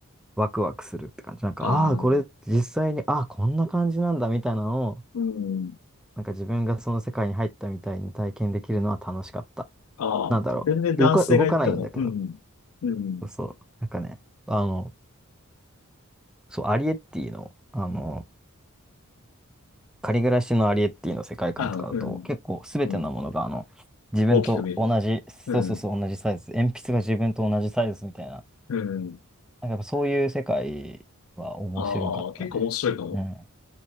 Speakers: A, in the centre; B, on the left.
A: ワクワクするって感じ。なんか、
B: ああ、
A: ああ、これ実際に、ああ、こんな感じなんだみたいなのを、
B: うん。
A: なんか自分がその世界に入ったみたいに体験できるのは楽しかった。
B: ああ、
A: なんだろう。
B: 全然男性が行っても、
A: 動か、動かないんだけど。
B: うん、うん、
A: そうそう。なんかね、あの、そう、アリエッティの、あの、仮暮らしのアリエッティの世界観とかだと、
B: あの、うん、
A: 結構すべてのものが、
B: うん、
A: あの、自分と同じ、
B: 大きく見える。
A: そうそうそう、
B: うん、
A: 同じサイズ。鉛筆が自分と同じサイズみたいな。
B: うん。
A: なんかやっぱそういう世界は面白かったね。
B: ああ、結構面白いかも。
A: うん。